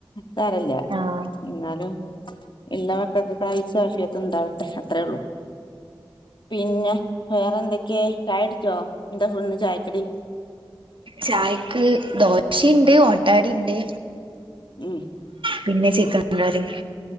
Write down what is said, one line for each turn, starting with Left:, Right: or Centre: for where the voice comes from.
Left: സാരയില്ല
Right: ആഹ്
Left: എന്നാലും- എല്ലാ മക്കൾക്കും ദീർഘായുസ്സും ആഫിയത്തും ഉണ്ടാവട്ടെ അത്രേ ഉള്ളൂ പിന്നെ വേറെ എന്തൊക്കെയ ചായകുടിച്ചോ എന്താ ഇന്ന് ചായക്കടി
Right: ചായക്ക് ദോശയിണ്ട് ഓട്ടാവടയിണ്ട്
Left: ഉം
Right: പിന്നെ ചിക്കൻ കറി